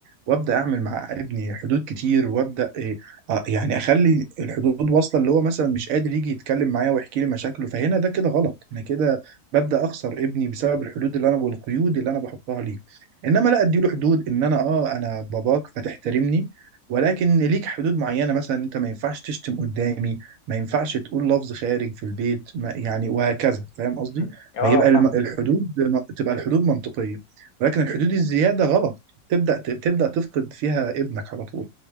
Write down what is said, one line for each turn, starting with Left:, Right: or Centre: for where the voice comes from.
Right: وابدا اعمل مع ابني حدود كتير وابدا إيه آه يعني اخلي الحدود واصله اللي هو مثلا مش قادر يجي يتكلم معايا ويحكي لي مشاكله فهنا ده كده غلط انا كده ببدا اخسر ابني بسبب الحدود اللي انا والقيود اللي انا بحطها ليه انما لا اديله حدود ان انا اه انا باباك فتحترمني ولكن ليك حدود معينة مثلا انت ما ينفعش تشتم قدامي ما ينفعش تقول لفظ خارج في البيت ما يعني وهكذا فاهم قصدي
Left: مم. اه
Right: ما يبقى الم-
Left: فاهمك
Right: الحدود تبقى الحدود منطقية ولكن الحدود الزيادة غلط تبدأ تبدأ تفقد فيها ابنك على طول